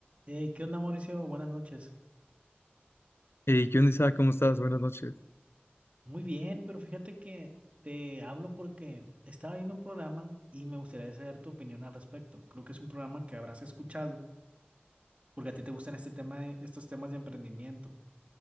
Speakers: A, on the right; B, on the left.
A: Hey, ¿qué onda, Mauricio? Buenas noches.
B: Hey, ¿qué onda, Isa? ¿Cómo estás? Buenas noches.
A: Muy bien, pero fíjate que te hablo porque estaba viendo un programa y me gustaría saber tu opinión al respecto. Creo que es un programa que habrás escuchado porque a ti te gustan este tema de, estos temas de emprendimiento.